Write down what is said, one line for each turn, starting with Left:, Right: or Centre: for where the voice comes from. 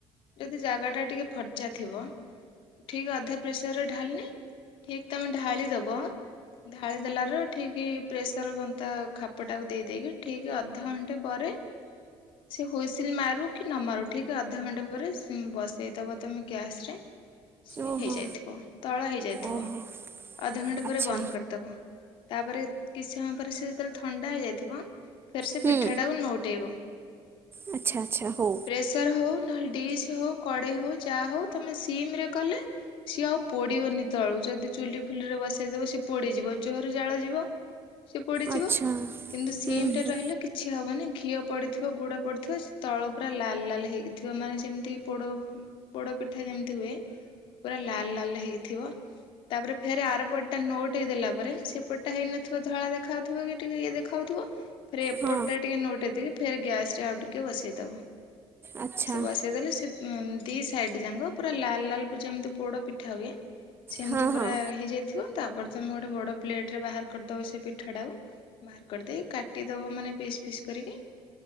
Left: ଯଦି ଜାଗାଟା ଟିକେ ଫର୍ଚା ଥିବ ଠିକ ଅଧା ପ୍ରେସର ଢାଲିିଲେ ଠିକ ତମେ ଢାଳିଦବ ଢାଳି ଦେଲାର ଠିକ ପ୍ରେସର କନ୍ତା ଖାପଟାକୁ ଦେଇ ଦେଇେଇକି ଠିକ୍ ଅଧଘ ପରେ ସେ ହୁଇସିଲ ମାରୁ କି ନ ମାରୁ ଠିକ ଅଧା ଘଣ୍ଟା ପରେ ବସେଇଦବ ତମେ ଗ୍ୟାସ ରେ ସିଏ
Right: ଓହୋ
Left: ହେଇଯାଇଥିବ ତଳ ହେଇଯାଇଥିବ
Right: ଓହୋ
Left: ଅଧଘଣ୍ଟା
Right: ଆଚ୍ଛା
Left: ପରେ ବନ୍ଦ କରିଦବ। ତାପରେ କିଛି ସମୟ ପରେ ସେ ଯେତେବେଳେ ଥଣ୍ଡା ହେଇଯାଇଥିବ ଫେର୍ ସେ
Right: ହୁଁ
Left: ପିଠାଟାକୁ ନଉଟେଇବ।
Right: ଆଚ୍ଛା ଆଚ୍ଛା ହଉ।
Left: ପ୍ରେସର୍ ହଉ ନହେଲେ ଡିସି ହଉ କଡେଇ ହଉ ଯାହା ହଉ ତମେ ସିମ ରେ କଲେ ସିଏ ଆଉ ପୋଡିବନି ତଳୁ ଯଦି ଚୁଲି ଫୁଲିରେ ବସେଇଦବ ସି ପୋଡିଯିବ ଜୋରେ ଜାଳ ଯିବ। ସିଏ ପୋଡିଯିବ
Right: ଆଚ୍ଛା
Left: କିନ୍ତୁ ସିମ
Right: ହୁଁ
Left: ରେ
Right: ହୁଁ
Left: ରହିଲେ କିଛି ହବନି। ଘିଅ ପଡି ଗୁଡ ପଡି ଥିବ ସେ ତଳ ପୁରା ଲାଲ ଲାଲ ହେଇକି ଥିବା ମାନେ ଯେମିତି ପୋଡ ପୋଡ ପିଠା ଯେମିତି ହୁଏ ପୁରା ଲାଲ ଲାଲ ହେଇକି ଥିବ ତାପରେ ଫେରେ ଆର ପରଟା ନୋଉଟେଇ ଦେଲା ପରେ ସେ ପଟଟା ହେଇନଥିବା ଧଳା ଦେଖାଯାଉଥିବ କି ଟିକେ ଇଏ ଦେଖାଯାଉଥିବ। ପରେ ଏପଟ
Right: ହଁ
Left: ଟା ଟିକେ ନଉଟେଇ ଦେଇକି ଫେର ଗ୍ୟାସରେ ଆଉ ଟିକେ ବସେଇଦବ।
Right: ଆଚ୍ଛା
Left: ସେ ବସେଇ ଦେଲେ ସେ ଉଁ ଦି ସାଇଡ ଯାଙ୍କ ପୁରା ଲାଲ ଲାଲ ପୁରା ଯେମିତି ପୋଡ ପିଠା ହୁଏ ସେମତି
Right: ହଁ
Left: ପୁରା
Right: ହଁ
Left: ହେଇଯାଇଥିବ ତାପରେ ତମେ ଗୋଟେ ବଡ ପ୍ଲେଟ ରେ ବାହାର କରିଦବ ସେ ପିଠା ଟାକୁ ବାହାର କରିଦେଇ କାଟିଦବ ମାନେ ପିସ୍ ପିସ୍ କରିକି।